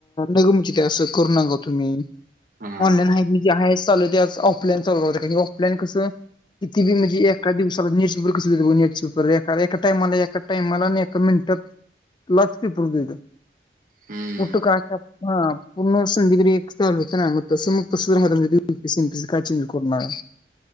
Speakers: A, on the left (about 25°); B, on the right (about 45°).
A: नगमची ते कॅन्सल करू नका हो तुम्ही.
B: हा
A: ऑनलाईन
B: हा
A: आहे जे आहे चालू दे आ ऑफलाईन चालू राहु द्या ऑफलाइन चालू द्या की ऑफलाईन कसं किती बी म्हणजे एका दिवसाला न्यूज पेपर कस देता बघा न्यूज पेपर एका, एका टाईमला, एका टाईमाला, एका मिनटात लाख पेपर देतात.
B: हम्म.
A: पुठ काश हा प पुर्ण सम दिग्री एकस ना म स सुम त म प स <unintelligible> काय चेंज करणार